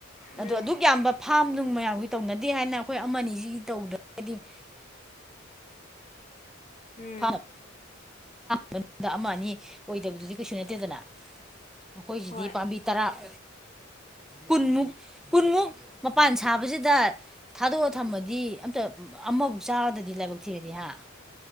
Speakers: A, on the left (about 35°); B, in the centre.
A: ꯎꯝ
B: ꯑꯗꯣ ꯑꯗꯨꯛ ꯌꯥꯝꯕ ꯐꯥꯝ ꯅꯨꯡ ꯃꯌꯥꯝꯒꯤ ꯇꯧꯅꯗꯦ ꯍꯥꯏꯅ ꯑꯩꯈꯣꯏ ꯑꯃꯅꯤꯁꯤꯒꯤ ꯇꯧꯗ꯭ꯔꯒꯗꯤ <inaudible>
A: ꯎꯝ
B: <inaudible> ꯃꯅꯨꯡꯗ ꯑꯃ ꯑꯅꯤ ꯑꯣꯏꯗꯕꯗꯨꯗꯤ ꯀꯩꯁꯨ ꯅꯠꯇꯦꯗꯅ ꯑꯩꯈꯣꯏꯁꯤꯗꯤ
A: ꯍꯣꯏ
B: ꯄꯥꯝꯕꯤ ꯇꯔꯥ <inaudible> ꯀꯨꯟꯃꯨꯛ ꯀꯨꯟꯃꯨꯛ ꯃꯄꯥꯟ ꯁꯥꯕꯁꯤꯗ ꯊꯥꯗꯣꯛꯑ ꯊꯝꯃꯗꯤ ꯑꯝꯇ ꯑꯃꯐꯥꯎ ꯆꯥꯗ꯭ꯔꯗꯤ ꯂꯥꯏꯕꯛ ꯊꯤꯔꯗꯤ ꯍꯥ